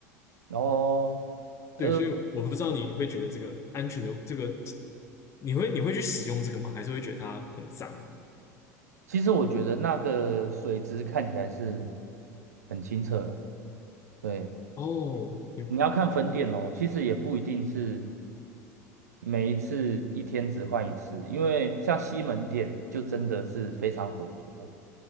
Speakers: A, on the right (about 75°); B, on the left (about 35°).
A: 哦，
B: 对，
A: 呃，
B: 所以我不知道你会觉得这个安全的这个，你会你会去使用这个吗？还是会觉得它很脏？
A: 其实我觉得那个水质看起来是很清澈了。对，
B: 哦，你
A: 你要看分店哦，其实也不一定是每一次一天只换一次，因为像西门店就真的是非常浑浊。